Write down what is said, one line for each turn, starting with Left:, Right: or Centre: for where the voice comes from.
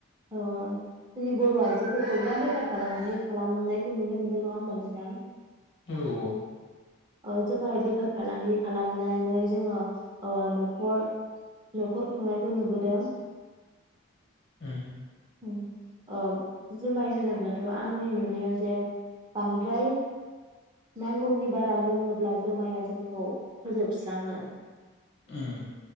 Right: अ जोंनि बर' आइजोफोरखौ गोबां बेफार फालांगि खालामनायखौ नुनो मोनदों नङा होमबा नोंथां?
Left: औ औ।
Right: औ जुमाय बेफार फालांगि खालामनानै जोङो ओ न'खर न'खर खुंनायखौ नुबोदों।
Left: उम।
Right: उम ओ जुमाय होनोब्लाथ' आंनि नुनायाव जे बांद्राय नांगौनि बारा लोङोब्ला जुमाया जोंखौ फोजोबस्राङो।
Left: उम।